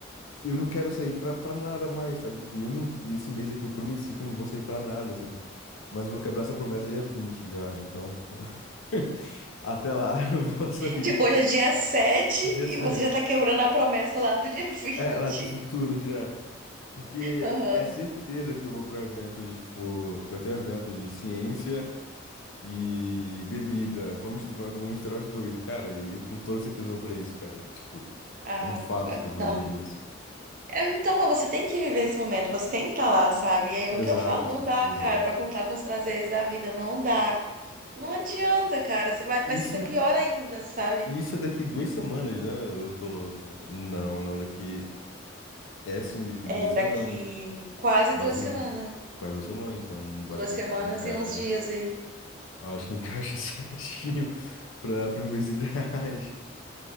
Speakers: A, on the left (about 80°); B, on the right (about 40°).
A: eu não quero sair pra, pra nada mais, sabe? Tipo, eu não esse mês aqui eu prometi que eu não vou sair pra nada, sabe? Mas eu vou quebrar essa promessa dia 20 já, então. <laughs> Até lá, eu não vou sair.
B: Tipo, hoje é dia 7
A: Dia
B: e
A: 7.
B: você já tá quebrando a promessa lá do dia <laughs> vinte
A: É, lá do futuro já. Porque
B: Aham.
A: é certeza que eu vou para um evento de, tipo. Vai ter um evento de ciência e bebida. Vamos, vamos va- vou misturar os dois, cara. E eu com toda certeza vou pra isso, cara. Tipo,
B: Ah,
A: é um fato
B: quando-
A: que eu vou
B: não,
A: beber
B: mas-
A: nisso.
B: é, então, mas você tem que viver esse momento, você tem que estar lá, sabe? E aí
A: Exato,
B: o que eu falo, não dá,
A: exato.
B: cara, pra contar com os prazeres da vida, não dá. Não adianta, cara, você vai, vai
A: Isso,
B: ser pior ainda, sabe?
A: isso é daqui duas semanas, né? Eu tô louco. Não, não, daqui. É sim, daqui
B: É
A: duas
B: daqui
A: semanas.
B: quase
A: Basicamente,
B: duas semanas,
A: quase duas semanas, então
B: duas
A: acho que
B: semanas
A: encaixa.
B: e uns dias aí.
A: Eu acho que encaixa <laughs> certinho para os meus <laughs> ideais.